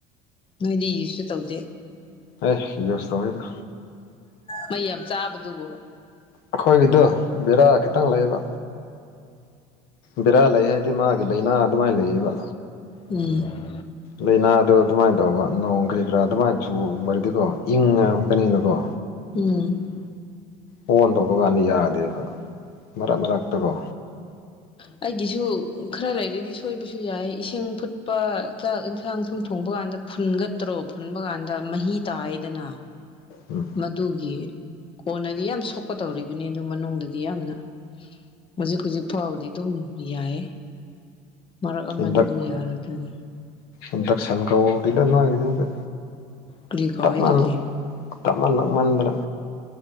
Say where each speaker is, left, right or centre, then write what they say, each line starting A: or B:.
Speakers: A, on the left; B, on the left.
A: ꯅꯣꯏꯗꯤ ꯌꯨꯁꯁꯨ ꯇꯧꯗꯦ
B: ꯑꯁ ꯌꯨꯁ ꯇꯧꯔꯦꯗ
A: ꯃꯩ ꯌꯥꯝ ꯆꯥꯕꯗꯨꯕꯨꯣ
B: ꯑꯩꯈꯣꯏꯒꯤꯗꯣ ꯕꯦꯔꯥ ꯈꯤꯇꯪ ꯂꯩꯌꯦꯕ ꯕꯦꯔꯥ ꯂꯩ ꯍꯥꯏꯗꯤ ꯃꯥꯒꯤ ꯂꯥꯏꯅꯥ ꯑꯗꯨꯃꯥꯏꯅ ꯂꯩꯌꯦꯕ
A: ꯎꯝ
B: ꯂꯥꯏꯅꯥꯗꯣ ꯑꯗꯨꯃꯥꯏꯅ ꯇꯧꯕ ꯅꯣꯡ ꯀꯔꯤ ꯀꯔꯥ ꯑꯗꯨꯃꯥꯏꯅ ꯆꯨꯕꯗꯤꯀꯣ ꯏꯪ ꯉꯥꯡꯅꯤꯅꯀꯣ
A: ꯎꯝ
B: ꯑꯣꯟ ꯇꯧꯕ ꯀꯥꯟꯗ ꯌꯥꯗꯦꯕ ꯃꯔꯛ ꯃꯔꯛ ꯇꯀꯣ
A: ꯍ ꯑꯩꯒꯤꯁꯨ ꯈꯔ ꯂꯩꯔꯗꯤ ꯁꯣꯏꯕꯁꯨ ꯌꯥꯏ ꯏꯁꯤꯡ ꯐꯨꯠꯄ ꯆꯥꯛ ꯏꯟꯁꯥꯡ ꯁꯨꯝ ꯊꯣꯡꯕ ꯀꯥꯟꯗ ꯐꯨꯟꯒꯠꯇ꯭ꯔꯣ ꯐꯨꯟꯕ ꯀꯥꯟꯗ ꯃꯍꯤ ꯇꯥꯏꯗꯅ
B: ꯎꯝ
A: ꯃꯗꯨꯒꯤ ꯀꯣꯟꯅꯗꯤ ꯌꯥꯝ ꯁꯣꯛꯀ ꯇꯧꯔꯤꯕꯅꯤ ꯑꯗꯨ ꯃꯅꯨꯡꯗꯗꯤ ꯌꯥꯝꯅ ꯍꯧꯖꯤꯛ ꯍꯧꯖꯤꯛ ꯐꯥꯎꯕꯗꯤ ꯑꯗꯨꯝ ꯌꯥꯏꯌꯦ ꯃꯔꯛ ꯑꯃꯗꯤ
B: ꯏꯟꯗꯛ
A: ꯑꯗꯨꯝ ꯌꯥꯔꯣꯏꯗꯣꯏꯅꯤ
B: ꯏꯟꯗꯛꯁꯟ ꯀꯧꯗꯦꯗ ꯅꯣꯏꯗꯨꯗꯤ
A: ꯀꯔꯤ ꯀꯧꯋꯦ
B: ꯇꯞ ꯃꯅ
A: ꯑꯗꯨꯗꯤ
B: ꯇꯞꯃꯜꯂꯛ ꯃꯟꯗꯅ